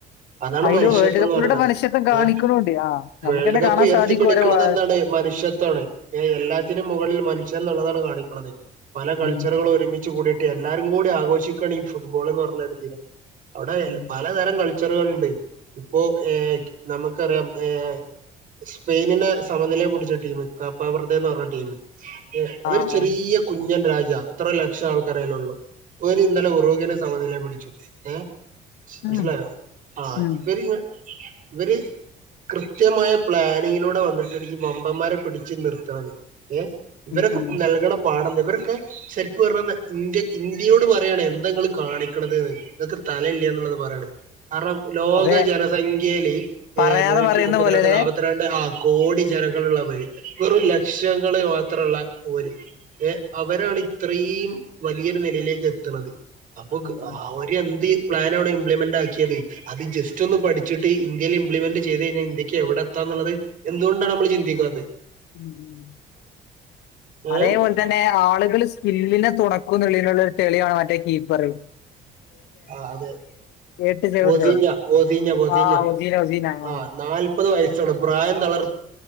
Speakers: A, on the right (about 50°); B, on the left (about 85°).
A: അതാണ്
B: അയില്
A: മനുഷ്യത്വം
B: വേൾഡ് കപ്പിലൂടെ
A: എന്ന് പറയണത്
B: മനുഷ്യത്വം കാണിക്കണുണ്ട്
A: ഏഹ്
B: ആ നമുക്ക്
A: വേൾഡ്
B: തന്നെ
A: കപ്പ്
B: കാണാൻ
A: ഉയർത്തി
B: സാധിക്കും
A: പിടിക്കണത്
B: ഓരെ വാ
A: എന്താണ് മനുഷ്യത്വമാണ് ഏഹ് എല്ലാത്തിനും മുകളിൽ മനുഷ്യ എന്നുള്ളതാണ് കാണിക്കണത് പല കൾച്ചറുകളും
B: ഉം
A: ഒരുമിച്ച് കൂടിയിട്ട് എല്ലാരും കൂടി ആഘോഷിക്കാണ് ഈ ഫുട്ബോൾ എന്ന് പറഞ്ഞ ഒരു തീരം അവിടെ
B: ഉം
A: പലതരം കളിച്ചു ക്ച്ചറുകൾണ്ട് ഇപ്പോ ഏഹ്
B: ഉം.
A: നമുക്കറിയാം ഏഹ് സ്പെയിനിനെ സമനിലേ പിടിച്ച ടീം കപ്പവർടേന്ന് പറഞ്ഞ ടീം അതൊരു
B: ആ
A: ചെറിയ
B: ആ.
A: കുഞ്ഞൻ രാജ <unintelligible> എത്ര ലക്ഷം ആൾക്കാര അയിലുള്ളെ ഓര് ഇന്നലെ
B: ഉം
A: ഉറുകിനെ സമനില പിടി ച്ചു ഓഹ്
B: ഉം
A: മനസ്സിലായോ ആഹ്
B: ഉം
A: ഇവര് ഇവര് കൃത്യമായ പ്ലാനിങ്ങിലൂടെ വന്നിട്ടാണ് ഈ വമ്പന്മാരെ പിടിച്ച് നിർത്തണത് ഏഹ് ഇവരൊക്കെ
B: ഉം ഉം.
A: നൽകണ പാഠം എന്ത അവരൊക്കെ ശരിക്കും പറഞ്ഞ ഇന്ത്യ ഇന്ത്യയോട് പറയാണ് എന്താ നിങ്ങൾ കാണിക്കണ്ത് ന്ന് നിങ്ങക്ക് തലയില്ല്യന്നുള്ളത് പറയാണ് കാരണം ലോക
B: അതെ
A: ജനസംഖ്യെല്
B: പറയാതെ
A: ഇഹ് നൂറ്റി
B: പറയുന്ന
A: മുപ്പത്തിരണ്ട്
B: പോലെല്ലേ
A: നാല്പത്തിരണ്ട് ആ കോടി ജനങ്ങളുള്ളവര് വെറും ലക്ഷങ്ങള് മാത്രമുള്ള ഓര് ഏഹ് അവരാണ് ഇത്രയും വലിയൊരു നിലയിലേക്ക് എത്തണത് അപ്പൊ
B: ഉം ഉം
A: ആ എന്ത് പ്ലാനാ ഇവിടെ ഇംപ്ലിമെന്റ് ആക്കിയത് അത് ജസ്റ്റൊന്ന് പഠി ച്ച്ട്ട് ഇന്ത്യയിലിംപ്ലിമെന്റ് ചെയ്ത്ഴിഞ്ഞാ ഇന്ത്യക്ക് എവിടെത്താന്ന്ള്ളത് എന്തുകൊണ്ടാണ് നമ്മള് ചിന്തിക്കാത്തേ
B: മ്മ്
A: ഏഹ്
B: അതേ പോലെ തന്നെ ആള്കള് സ്കില്ലിനെ തൊട ക്കുന്ന്ള്ളീന്ള്ളൊരു തെള്യണ് മറ്റേ കീപ്പറ്
A: ആ അതെ
B: എട്ട് ചവിടുതോ
A: ഒതിഞ്ഞ ഒതിഞ്ഞ ഒതിഞ്ഞ
B: ആ ഒസീന ഒസീന ആ
A: ആഹ് നാല്പത് വയസ്സൊള്ളൂ പ്രായം തളർ